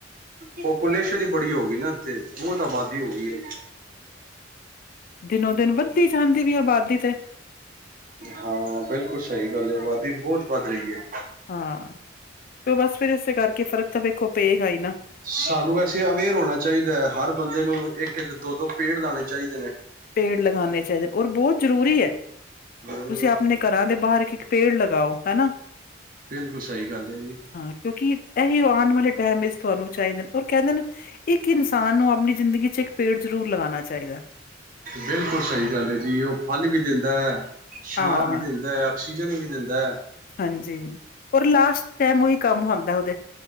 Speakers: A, on the right; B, on the left.
A: ਉ ਪਪੂਲੇਸ਼ਨ ਹੀ ਬੜੀ ਹੋ ਗਈ ਨਾ। ਤੇ ਬਹੁਤ ਆਬਾਦੀ ਹੋ ਗਈ ਏ।
B: ਦਿਨੋ-ਦਿਨ ਵੱਧਦੀ ਜਾਂਦੀ ਪਈ ਏ ਆਬਾਦੀ ਤੇ।
A: ਹਾਂ, ਬਿਲਕੁਲ ਸਹੀ ਗੱਲ ਏ ਅਬਾਦੀ ਬਹੁਤ ਵੱਧ ਰਹੀ ਏ।
B: ਹਾ, ਉ ਬਸ ਫਿਰ ਇਸੇ ਕਰਕੇ ਫਰਕ ਤਾਂ ਵੇਖੋ ਪਏਗਾ ਹੀ ਨਾ।
A: ਸਾਨੂੰ ਵੈਸੇ ਅਵੇਅਰ ਹੋਣਾ ਚਾਹੀਦਾ ਹੈ ਹਰ ਬੰਦੇ ਨੂੰ ਇੱਕ-ਇੱਕ, ਦੋ-ਦੋ ਪੇੜ ਲਾਣੇ ਚਾਹੀਦੇ ਨੇ।
B: ਪੇੜ ਲਗਾਣੇ ਚਾਹੀਦੇ ਔਰ ਬਹੁਤ ਜ਼ਰੂਰੀ ਏ।
A: <inaudible>
B: ਤੁਸੀਂ ਆਪਣੇ ਘਰਾਂ ਦੇ ਬਾਹਰ ਇੱਕ-ਇਟ ਪੇੜ ਲਗਾਓ ਹਨਾ।
A: ਏ ਬਿਲਕੁਲ ਸਹੀ ਗੱਲ ਹੈ ਜੀ।
B: ਹਾਂ, ਕਿਉਂਕਿ ਇਹੀ ਆਣ ਵਾਲੇ ਟਾਈਮ ਵਿੱਚ ਤੁਹਾਨੂੰ ਚਾਹੀਦੇ ਹੋਰ ਕਹਿੰਦੇ ਨੇ ਇੱਕ ਇਨਸਾਨ ਨੂੰ ਆਪਣੀ ਜ਼ਿੰਦਗੀ 'ਚ ਇੱਕ ਪੇੜ ਜ਼ਰੂਰ ਲਗਾਣਾ ਚਾਹੀਦਾ।
A: ਬਿਲਕੁਲ ਸਹੀ ਗੱਲ ਆ ਜੀ ਉਹ ਫਲ ਵੀ ਦਿੰਦਾ, ਛਾਂ
B: ਹਾਂ,
A: ਵੀ ਦਿੰਦਾ। ਆਕਸ਼ੀਜ਼ਨ ਵੀ ਦੇਦਾ।
B: ਹਾਂਜੀ, ਔਰ ਲਾਸਟ ਟੈਮ ਉਹੀ ਕੰਮ ਆਂਦਾ ਓਦੇ।